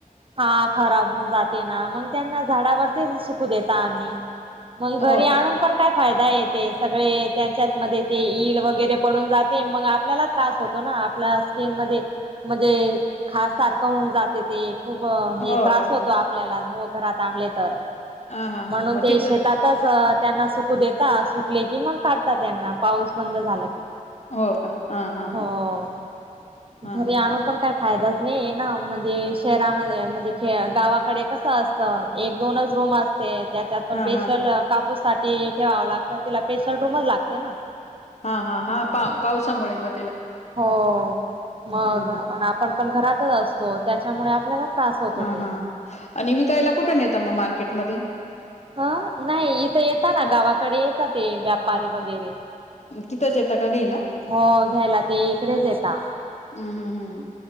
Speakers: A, on the right (about 40°); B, on the left (about 55°).
A: हा खराबऊन जाते ना मग त्यांना झाडावरतीच सुकू देता आम्ही. मग घरी
B: हो
A: आणून
B: का
A: पण काय फायदा येतेस. सगळे त्यांच्यात मध्ये ते ईल वगैरे पडून जाते मग आपल्याला त्रास होतो ना आपल्या स्किन मधे म्हणजे खाज सारखं होऊन जाते ते. खूप हे
B: हो
A: त्रास
B: का
A: होतो आपल्याला हो घरात आणले तर.
B: हा हा हा
A: म्हणून
B: मग
A: ते
B: तिथं
A: शेतातच त्यांना सुकू देता सुकले की मग काढता त्यांना पाऊस बंद झाला की.
B: हो का हा हा
A: हो
B: हा हा
A: घरी
B: अस
A: आणून पण काय फायदाच नाही आहे ना म्हणजे शहरामध्ये म्हणजे खे गावाकडे कसं असत एक दोनचं रूम अस ते त्याच्यात पण
B: हा
A: पेशल
B: हा
A: कापूस साठी ठेवाव लागतं तिला पेशल रूमच लागते ना.
B: हा हा हा पा पावसामुळे म
A: हो मग
B: हम्म
A: अन् आपण पण घरातच असतो त्याच्यामुळे आपल्याला त्रास होत
B: हा
A: होते
B: हा आणि विकायला कुठे नेता मग मार्केटमध्ये?
A: ह नाही इथं येत ना गावाकडे येतात ते व्यापारी वगैरे.
B: तिथंच येतं का घ्यायला?
A: हो घ्यायला ते इकडेच येता
B: हम्म हम् हम्